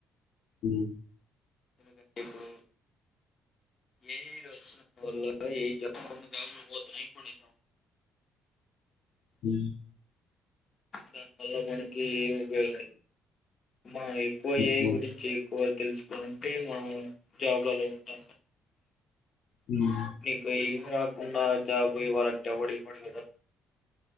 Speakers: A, on the left (about 75°); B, on the left (about 45°).
A: ఉ
B: ఎందుకంటే ఇప్పుడు ఏ వచ్చిన <unintelligible> పోతున్నాయి కొన్ని
A: మ్మ్
B: దానివల్ల మనకి ఏమి దు మనం ఎక్కువ
A: ఓకే.
B: ఏ గురించి ఎక్కువ తెలుసుకోాలంటే మనం జాబ్లలో ఉమ్
A: హ్మ్.
B: ఇపోయి కొన్నా జాబ్ వాళ్ళంట వడి పడద